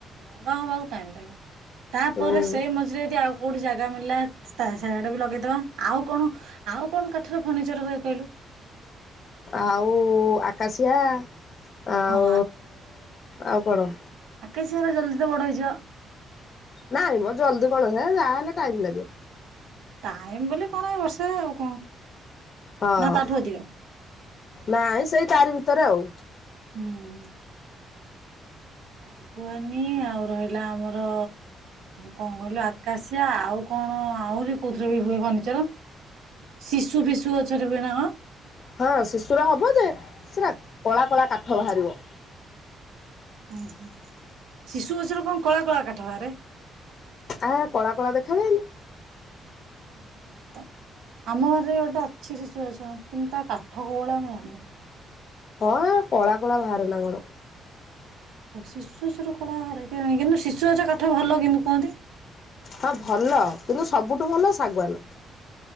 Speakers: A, on the right; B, on the left.
A: ବଡ ହବାକୁ ଟାଇମ ଲାଗିବ। ତାପରେ
B: ହୁଁ
A: ସେଇ ମଝିରେ ଯଦି ଆଉ। କୋଉଠି ଜାଗା ମଳିଲା ତା ସେଆଡେ ବି ଲଗେଇଦବା ଆଉ କଣ ଆଉ କଣ କାଠରେ ଫର୍ଣିିଚର ହୁଏ କହିଲୁ।
B: ଆଉ ଆକାଶିଆ। ଆଉ
A: ହଁ
B: ଆଉ କଣ।
A: କେଶିଆ ଗୁରା ଜଲ୍ଦି ତ ବଡ଼ ହେଇଯିବ।
B: ନାଇଁ ମ ଜଲଦି କଣ ଯାହାହଲେ ଟାଇମ ଲାଗିବ।
A: ଟାଇମ ବୋଲି କଣ ବର୍ଷେ ଆଉ କଣ?
B: ହଁ
A: ନା ତାଠୁ ଅଧିକ
B: ନାଇଁ ସେଇ ତାରି ଭିତ ତରେ ଆଉ।
A: ହୁଁ। ଶାଗୁଆାନୀ ଆଉ ରହିଲା ଆମର କଣ କହିଲୁ ଆକାଶିଆ ଆଉ କଣ ଆହୁରି କୋଉଥିରେ ବି ହୁଏ ଫନିଚର ଶିଶୁ ଫିଶୁ ଗଛରେ ହୁଏ ନା କଣ।
B: ହଁ ଶିଶୁରା ହବ ଯେ ସେରା । କଳା କଳା କାଠ ବାହହାରିବ।
A: ଉ ହୁଁ ଶିଶୁ ଗଛରୁ କଣ କଳା କଳା କାଠ ବାହାରେ।
B: ଆ କଳା କଳା ଦେଖାାଯାଏନି।
A: ମୁଁ ଜାଣିନି ତ ଆମ ଘରେ ଗୋଟେ ଅଛି ଶିଶୁ ଗଛ କିନ୍ତୁ ତା କାଠ କୋଉ ଭଳିଆ ମୁଁ ଜାଣିନି।
B: ହଁ କଳା କଳା ବାହରେ ନା କଣ।
A: ଶିଶୁ ଗଛରୁ କଳା ବାହାରେ କେଜାଣି କିନ୍ତୁ ଶିଶୁଛ କାଠ ଭଲ କିନ୍ତୁ କୁହନ୍ତି।
B: ହଁ ଭଲ କିନ୍ତୁ ସବୁଠୁ ଭଲ ଶାଗୁଆନ।